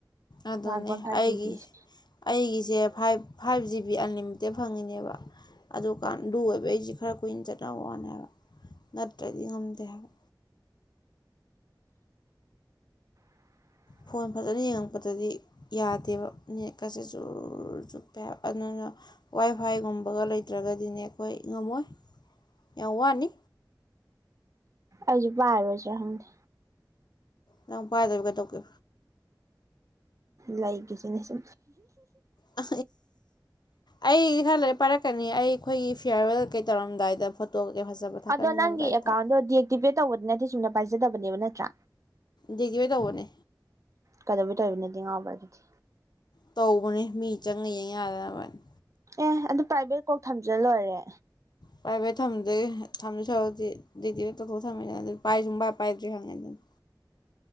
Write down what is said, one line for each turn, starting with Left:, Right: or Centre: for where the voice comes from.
Left: ꯑꯗꯨꯅꯦ
Right: ꯋꯥꯟ ꯄꯣꯏꯟ ꯐꯥꯏꯚ
Left: ꯑꯩꯒꯤ
Right: ꯖꯤꯕꯤꯁꯦ
Left: ꯑꯩꯒꯤ ꯁꯦ five five G B unlimited ꯐꯪꯉꯤꯅꯦꯕ ꯑꯗꯨꯀꯥꯟ ꯑꯗꯨ ꯑꯣꯏꯕ ꯑꯩꯁꯤ ꯈꯔ ꯀꯨꯏꯅ ꯆꯠꯅꯕ ꯋꯥꯅꯦ ꯍꯥꯏꯕ ꯅꯠꯇ꯭ꯔꯗꯤ ꯉꯝꯗꯦ ꯍꯥꯏꯕ
Right: <inaudible>
Left: ꯐꯣꯟ ꯐꯖꯅ ꯌꯦꯡꯉꯛꯄꯗꯗꯤ ꯌꯥꯗꯦꯕ ꯅꯦꯠꯀꯁꯦ ꯆꯨꯔ ꯆꯨꯞꯄꯦ ꯍꯥꯏꯕ ꯑꯗꯨꯅ ꯋꯥꯏ ꯐꯥꯏꯒꯨꯝꯕꯒ ꯂꯩꯇ꯭ꯔꯒꯗꯤꯅꯦ ꯑꯩꯈꯣꯏ ꯉꯝꯃꯣꯏ ꯌꯥ ꯋꯥꯅꯤ
Right: ꯑꯖꯤ ꯔꯕꯖꯗ
Left: ꯅꯪ ꯄꯥꯏꯗꯔꯤꯕ ꯀꯩꯗꯧꯒꯦ
Right: ꯂꯒꯁꯤ ꯅꯁ
Left: ꯑ ꯑꯩꯗꯤ ꯈꯔ ꯂ ꯄꯥꯏꯔꯛꯀꯅꯤ ꯑꯩꯈꯣꯏꯒꯤ ꯐꯤꯌꯥꯔꯋꯦꯜ ꯀꯩ ꯇꯧꯔꯝꯗꯥꯏꯗ ꯐꯣꯇꯣ ꯀꯩꯀꯩ ꯐꯖꯕ ꯊꯥꯒꯠꯅꯤꯡꯉꯝꯗꯥꯏꯗ
Right: ꯑꯗꯣ ꯅꯪꯒꯤ ꯑꯦꯀꯥꯎꯟꯗꯣ ꯗꯤꯑꯛꯇꯤꯚꯦꯠ ꯇꯧꯕꯗꯤ ꯅꯠꯇꯦ ꯁꯨꯝꯅ ꯄꯥꯏꯖꯗꯕꯅꯦꯕ ꯅꯠꯇ꯭ꯔꯥ
Left: ꯈꯤꯕꯩ ꯇꯧꯕꯅꯦ
Right: ꯀꯩꯗꯧꯧꯕꯤ ꯇꯕꯤ ꯅꯠꯇꯦ ꯉꯥꯎꯕ ꯑꯗꯨꯗꯤ
Left: ꯇꯧꯕꯅꯦ ꯃꯤ ꯆꯪꯉ ꯌꯦꯡ ꯌꯥꯗꯅꯕꯅꯤ
Right: ꯑꯦ ꯑꯗꯨ ꯄ꯭ꯔꯥꯏꯚꯦꯠ ꯀꯧ ꯊꯝꯖ ꯂꯣꯏꯔꯦ
Left: ꯄ꯭ꯔꯥꯏꯚꯦꯠ ꯊꯝꯗ꯭ꯔꯦ ꯊꯝꯗ ꯁꯧꯔꯗꯤ ꯗꯤꯗꯤ ꯇꯣꯛ ꯊꯝꯃꯦꯗꯅ ꯑꯗꯨ ꯄꯥꯏ ꯁ ꯄꯥꯏ ꯄꯥꯏꯗ꯭ꯔꯤ ꯈꯪꯉꯦꯗꯅ